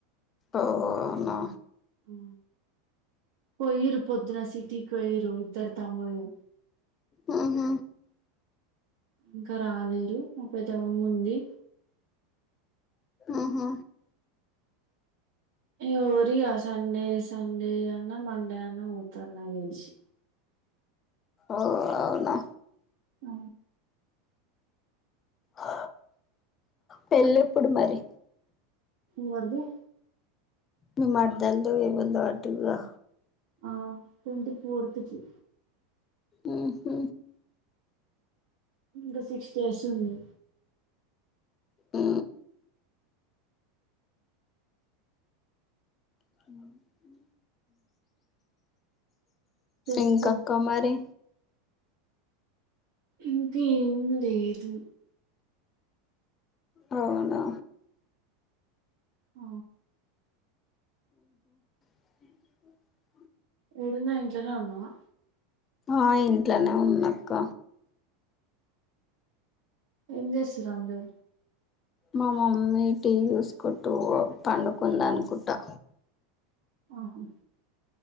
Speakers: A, on the left (about 30°); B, on the right (about 75°).
A: ఓ అవునా
B: ఉ పోయిండ్రు పొద్దున సిటీకి పోయిండ్రు ఇద్దరు తమ్ముళ్లు
A: ఉ హు
B: ఇంకా రాలేరు ముప్పై తో ఉంది
A: ఉ హు
B: ఎవరీ సండే సండే అన్న మండే అన్న పోతారు నాకు తెలిసి
A: ఓ అవునా
B: ఉ
A: ఆ పెళ్లి ఎప్పుడు మరి
B: ఎవరిది
A: మీ మరదల్దో ఎవరిదో అంటివి కా
B: ఆ టెన్త్ ఫోర్త్ కి
A: ఉ హు
B: ఇంకా సిక్స్ డేస్ ఉంది
A: ఉ పిట్టల అరుపులు
B: చెప్పు
A: ఇంకా అక్క మరి
B: ఇంకేం లేదు
A: అవునా
B: ఆ
A: అవునా
B: ఏడున్నా ఇంట్లోనే ఉన్నావా
A: ఆ ఇంట్లోనే ఉన్నా అక్క
B: ఏం చేస్తుండ్రు అందరూ
A: మా మమ్మీ టీ చూసుకుంటూ పండుకుందనుకుంటా
B: ఆహ